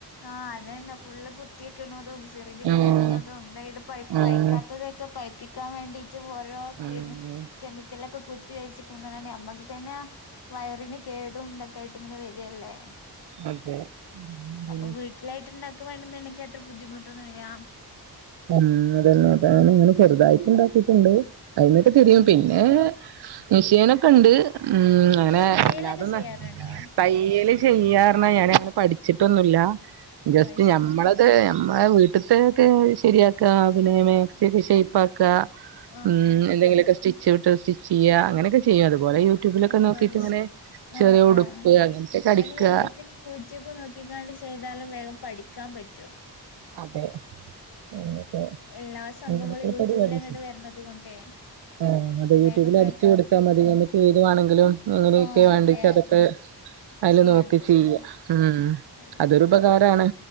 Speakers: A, on the left; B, on the right.
A: ആഹ് അതെന്നെ ഫുള്ള് കു കുത്തിയക്ക്ണതും സിറിഞ്ച് കുത്തിയെക്ക്ണതും
B: ആഹ്
A: നെയ്ടെ പൈ
B: ആഹ്
A: പൈക്കാത്തതൊക്കെ പൈപ്പിക്കാൻ വേണ്ടി റ്റ് ഓരോ
B: ആഹ്
A: കെമി കെമിക്കലൊക്കെ കുത്തി വെച്ച് കൊണ്ടന്നാണ്ട് ഞമ്മക്ക് തെന്നെ വയറിന് കേടും തൊക്കേയിട്ട് ങ്ങനെ വെര്വല്ലേ
B: അതെ പിന്നെ
A: അപ്പൊ വീട്ടിലായിട്ട് ണ്ടാക്ക വേണന്ന്ണ്ടെങ്കി അത്ര ബുദ്ധിമുട്ടൊന്നുല്ല
B: മ് അതന്നെ ഞാനിങ്ങനെ ചെറ്തായിട്ട് ണ്ടാക്കിയിട്ട്ണ്ട് അയ്ന്നൊക്കെ ചെറിയെ
A: ഓ
B: പിന്നേ മിഷ്യനൊക്കെ ണ്ട് മ് അങ്ങനെ
A: ഏ തയ്യലൊക്കെ
B: ഇല്ലാതൊന്നെ
A: ചെയ്യാറുണ്ടോ
B: തയ്യൽ ചെയ്യാറ്ഞ്ഞ ഞാനങ്ങനെ പഠിച്ചിട്ടൊന്നൂല്ല
A: ഓ
B: ജസ്റ്റ്
A: അത് ശരി
B: ഞമ്മളെ -ത് ഞമ്മളേ വീട്ട്ത്തെക്കെ ശെരിയാക്ക പിന്നെ മേക്സി ഷെയ്പ്പാക്കാ
A: ആഹ്
B: മ്
A: ആഹ്
B: എന്തെങ്കിലൊക്കെ സ്റ്റിച്ച് വിട്ടത് സ്റ്റിച്ചിയ്യ അങ്ങനെക്കെ ചെയ്യും അത്പോലെ യൂട്യൂബിലൊക്കെ
A: ഓ
B: നോക്കിട്ട്ങ്ങനെ
A: അത് ശരി ആഹ്
B: ചെറിയ ഉടുപ്പ്
A: ആഹ്
B: അങ്ങനത്തൊക്കെ
A: ഇപ്പൊ
B: അടിക്ക്യ
A: ഇനി എല്ലാത്തിനും യൂട്യൂബ് നോക്കിക്കാണ്ട് ചെയ്താലും വേഗം പഠിക്കാൻ പറ്റോ
B: അതെ
A: ഉം
B: അങ്ങനൊക്കെ
A: എല്ലാ സംഭവങ്ങളും
B: അങ്ങനൊക്കെള്ള
A: യൂട്യൂബിലെങ്ങട്ട്
B: പരിപാടി
A: വരണത് കൊണ്ടേ
B: ആഹ്
A: ഒക്കെ
B: അതെ യൂട്യൂബിൽ
A: വേഗം പോയ
B: അടിച്ചു
A: കാണും
B: കൊടുത്താൽ മതി നമക്ക് ഏതു വേണെങ്കിലും എങ്ങനെയൊക്കെ
A: ആഹ്
B: വാണ്ടിണ്ട
A: അതെ
B: അതൊക്കെ
A: അതെ
B: അയില്
A: ചെയ്യാൻ
B: നോക്കി
A: പറ്റും
B: ചെയ്യാ ഉം
A: അതെ
B: അതൊരുപകാരാണ്